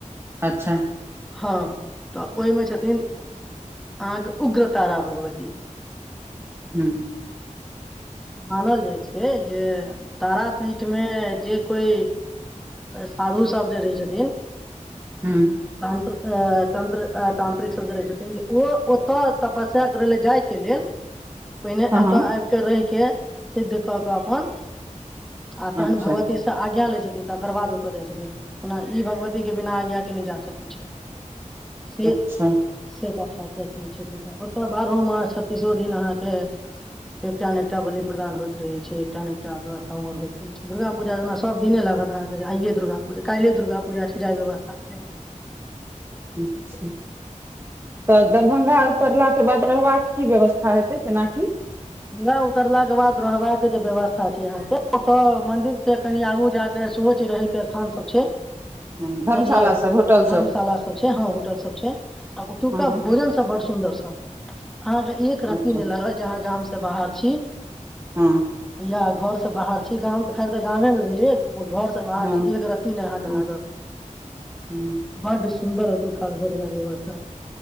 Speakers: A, on the right (about 20°); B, in the centre.
A: अच्छा
B: हाँ तऽ ओहिमे छथिन अहाँके उग्रतारा भगवती
A: ह्म
B: मानल जाइ छै जे तारापीठमे जे कोई साधु सब जे रहै छथिन
A: हूँ
B: तंत्र अ तन्त्र तांत्रिक सब जे रहै छथिन जे ओ ओतऽ तपस्या करै ल जाइके लेल
A: <inaudible>
B: पहिने एतय
A: हँ
B: आब कऽ रहि के सिद्ध कऽ कऽ अपन आ तहन
A: अच्छा
B: भगवती से आज्ञा लै छथिन तकर बाद ओतय जाइ छथिन ओना ई भगवती के बिना आज्ञाके नहि जा सकैत छथि से
A: अच्छा
B: छै कथा ओतय बारहो मास छ्तीसो दिन अहाँके एकटा नै एकटा बलि प्रदान होइत रहै छै एकटा ने एक गर होइत रह छै दुर्गा पूजा जेना सब दिने लागत अहाँके जे आइये दुर्गा पूजा काइल्हे दुर्गा पूजा छै जे आय व्यवस्था भेलै हं
A: अच्छा तऽ दरभंगा उतरलाके बाद रहबाके की व्यवस्था हेतैइ केनाकि
B: गा उतरलााक के बाद रहबाका के जे व्यवस्था छै अहांके ओतऽ मंदिर के कनि आगू जा के सेहोछै रहै के स्थान सब छै
A: हँ धर्मशाला
B: बुझलियै
A: सब होटल
B: धर्मशाला सब छै हँ होटल सब छै आ ओतुका
A: हँ हँ
B: भोजन सब बड सु सुन्दर सब अहाँके एक रत्ती
A: अच्छा
B: नहि लागत जे अहाँ गांव से बाहर छी
A: हँ
B: हँ घर सँ बाहर छी गाम तऽ खैर तऽ गामेमे भेलि घर से बाहर
A: हँ
B: छी एक रत्ती ने अहाँके
A: हँ
B: लागत
A: हँ
B: बड सु सुन्दर ओतुक्का भोजनक व्यवस्था